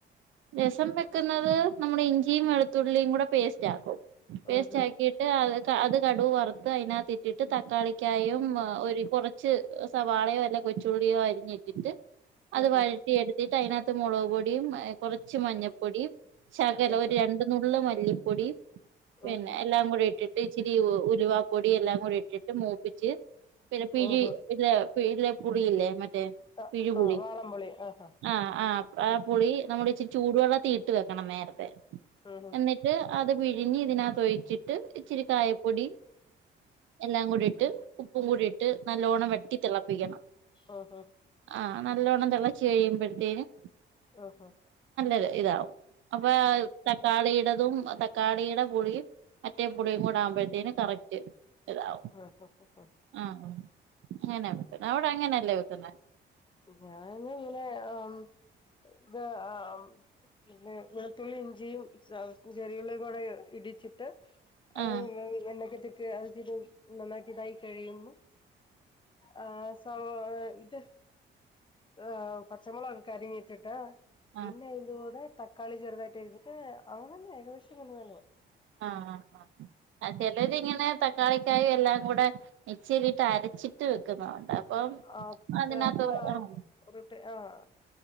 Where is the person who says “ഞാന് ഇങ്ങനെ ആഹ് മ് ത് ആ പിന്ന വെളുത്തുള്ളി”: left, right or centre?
Left